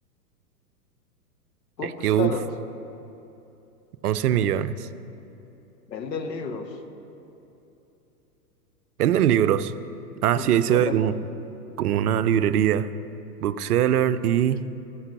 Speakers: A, on the left; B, on the right.
A: Booksellers,
B: Es que, uf, 11 millones.
A: venden libros.
B: Venden libros. Ah,
A: Booksellers.
B: sí, ahí se ve como, como una librería. Bookseller y